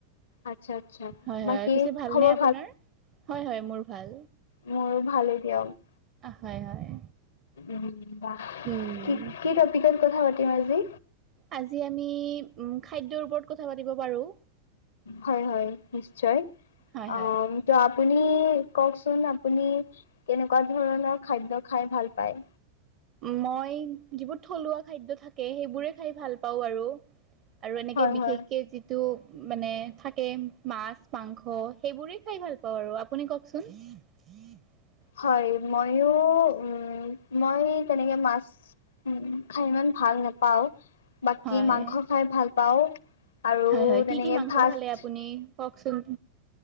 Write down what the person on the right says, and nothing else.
হয়,
হয়, পিছে ভালনে
আপোনাৰ? হয়, হয়, মোৰ ভাল।
হয়, হয়।
উম
আজি আমি উম, খাদ্যৰ ওপৰত কথা পাতিব পাৰো।
হয়
হয়
মই যিবোৰ থলুৱা খাদ্য থাকে, সেইবোৰে খাই ভাল পাওঁ আৰু। আৰু এনেকে
বিশেষকে
যিটো মানে থাকে মাছ মাংস, সেইবোৰেই খাই ভাল পাওঁ আৰু, আপুনি কওকচোন। <unintelligible>
হয়
হয় হয়
কি কি মাংস
খালে আপুনি কওকচোন